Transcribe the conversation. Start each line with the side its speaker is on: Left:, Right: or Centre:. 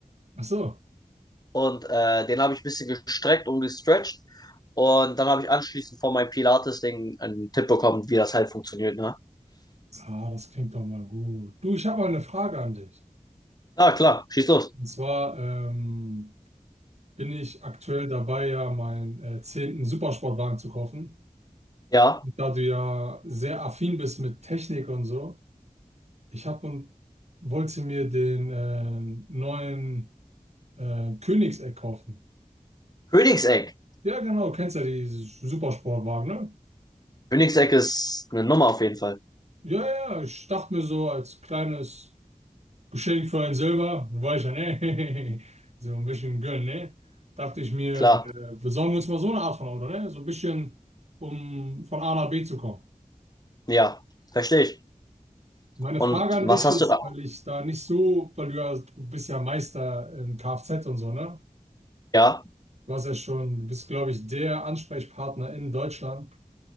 Right: Ach so.
Left: und äh, den habe ich ein bisschen gestreckt und gestretcht und dann habe ich anschließend von meinem Pilates-Ding einen Tipp bekommen, wie das halt funktioniert, ne?
Right: Ah, das klingt doch mal gut. Du, ich habe mal eine Frage an dich.
Left: Ah, klar, schieß los.
Right: Und zwar ähm, bin ich aktuell dabei, ja meinen äh, zehnten Supersportwagen zu kaufen.
Left: Ja,
Right: Und da du ja sehr affin bist mit Technik und so, ich habe und wollte mir den äh, neuen äh, Königseck kaufen.
Left: Königseck.
Right: Ja, genau, du kennst ja die Supersportwagen, ne?
Left: Königseck ist eine Nummer auf jeden Fall.
Right: Ja, ja, ja, ich dachte mir so als kleines Geschenk für ein Silber, war ich ja, ne? <laughs> So ein bisschen gönnen, ne? Dachte ich mir,
Left: Klar,
Right: äh, besorgen wir uns mal so eine Art von Auto, ne? So ein bisschen, um von A nach B zu kommen.
Left: ja, verstehe ich.
Right: Meine
Left: Und
Right: Frage an
Left: was
Right: dich
Left: hast
Right: ist,
Left: du da?
Right: weil ich da nicht so, weil du ja, du bist ja Meister in Kfz und so, ne?
Left: Ja,
Right: Du hast ja schon, du bist, glaube ich, der Ansprechpartner in Deutschland